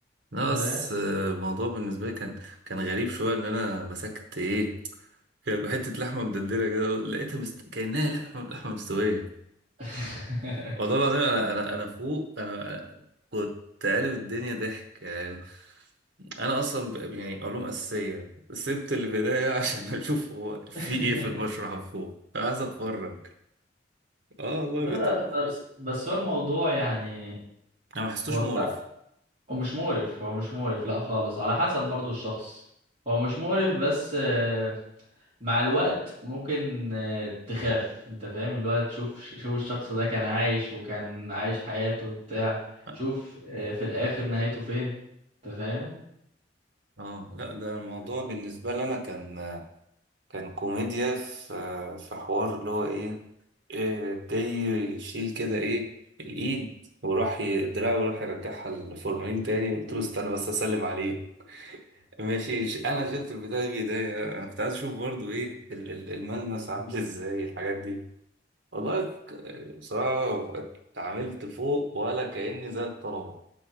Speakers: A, on the right; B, on the right.
A: ناقص
B: انت فاهم
A: آه، الموضوع بالنسبة لي كان كان غريب شوية إن أنا مسكت إيه كان حتة لحمة مدلدلة كده لقيتها مست... كأنها لحمة لحمة مستوية
B: <laughs>
A: والله العظيم أنا أنا أنا فوق أنا أنا كنت قالب الدنيا ضحك يعني أنا أصلا ب... يعني علوم أساسية سبت اللي في إيديا <laughs> عشان أشوف هو في
B: <laughs>
A: إيه في المشرح فوق أنا عايز أتفرج آه والله
B: لا
A: بيطق
B: لا بس بس هو الموضوع يعني
A: أنا ما حسيتوش
B: هو
A: مقرف
B: هو مش مقرف هو مش مقرف لا خالص على حسب برضو الشخص هو مش مقرف بس آه، مع الوقت ممكن آه، تخاف انت فاهم اللي هو تشوف شوف الشخص ده كان عايش وكان عايش حياته وبتاع
A: اه
B: شوف آه، في الاخر نهايته فين انت فاهم
A: آه، لا ده الموضوع بالنسبة لي انا كان كان كوميديا في في حوار اللي هو ايه إيه، جاي يشيل كده ايه الايد وراح ي- الدراع وراح يرجعها الفورمالين تاني قلت له استنى بس اسلم عليه ماشي ش- انا شلت البتاع بايديا انا كنت عايز اشوف برضو ايه ال- ال- الملمس عامل ازاي الحاجات دي والله ك- بصراحة اتعاملت فوق ولا كأني زي الطلبة